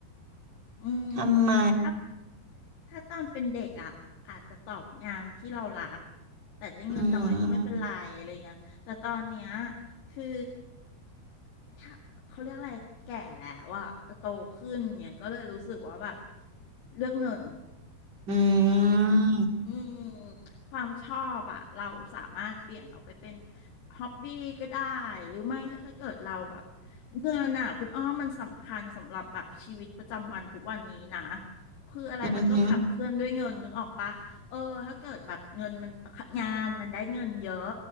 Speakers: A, on the left (about 85°); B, on the right (about 30°).
A: อืมถ้า
B: ทำไม
A: ถ้าตอนเป็นเด็กอ่ะอาจจะตอบงานที่เรารักแต่ได้เงินน้อยก็ไม่เป็นไรอะไรเงี้ยแต่ตอนเนี้ย
B: อืม
A: คือถ้าเขาเรียกอะไรแก่แล้วอ่ะโตขึ้นเนี่ยก็เลยรู้สึกว่าแบบเลือกเงิน
B: อืม
A: อืมความชอบอะเราสามารถเปลี่ยนออกไปเป็นฮ็อบบี้ก็ได้หรือไม่ถ้าเกิดเราแบบเงินน่ะคุณอ้อมมันสำคัญสำหรับแบบชีวิตประจำวันทุกวันนี้นะคืออะไรมันก็ขับเคลื่อนด้วยเงินนึกออกปะเออถ้าเกิดแบบเงินมันงานมันได้เงินเยอะ
B: อืมอืม